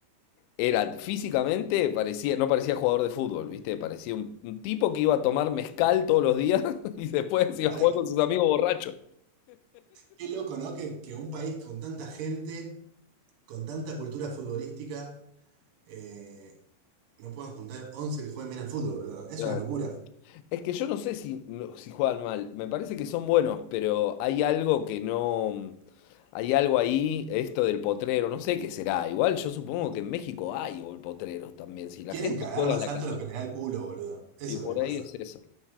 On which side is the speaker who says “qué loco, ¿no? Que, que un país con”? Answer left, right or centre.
Right